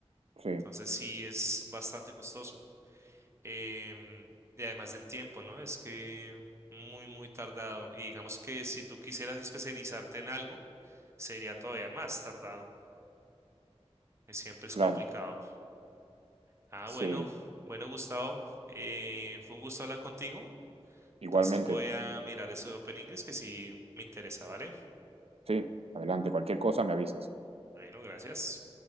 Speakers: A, on the right; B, on the right.
A: sí,
B: Entonces sí es bastante costoso. Em, y además del tiempo, ¿no? Es que muy, muy tardado. Y digamos que si tú quisieras especializarte en algo, sería todavía más tardado. que Siempre es
A: claro,
B: complicado. Ah,
A: sí.
B: bueno, bueno, Gustavo, eh, fue un gusto hablar contigo.
A: Igualmente,
B: Entonces voy a mirar eso de Open English que sí me interesa, ¿vale?
A: sí, adelante, cualquier cosa me avisas.
B: Bueno, gracias.